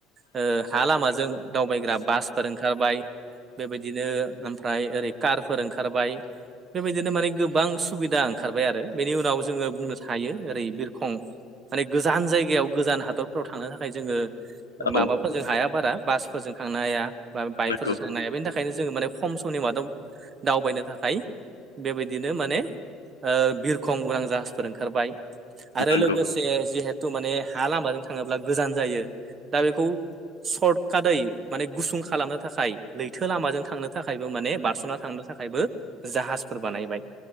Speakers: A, on the right; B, on the left.
A: ओ हा लामाजों दावबायग्रा बासफोर ओंखारबाय। बेबायदिनो ओमफ्राय ओरै कारफोर ओंखारबाय बेबायदिनो माने गोबां सुबिदां ओंखारबाय आरो। बेनि उनाव जोङो बुंनो थायो ओरै बिरखं माने गोजान जायगायाव गोजान हादरफोराव थांनो थाखाय जोङो
B: औ
A: माबाफोर जों हाया बारा बास फोरजों थांनो हाया, बा बाइकफोरजों
B: नंगौ
A: थांनो हाया, बेनि थाखायनो जोङो माने खम समनि मादाव दावबायनो थाखाय। बेबायदिनो माने ओ बिरखं, उरां, जाहाजफोर ओंखारबाय। आरो
B: नंगौ
A: लोगोसे जिहेथ थ' माने हा लामाजों थाङोब्ला गोजान जायो। दा बेखौ सर्ट कादै माने गुसुं खालामनो थाखाय लैथो लामाजों थांनो थाखायबो माने बार ना थांनो थाखायबो जाहाजफोर बानायबाय।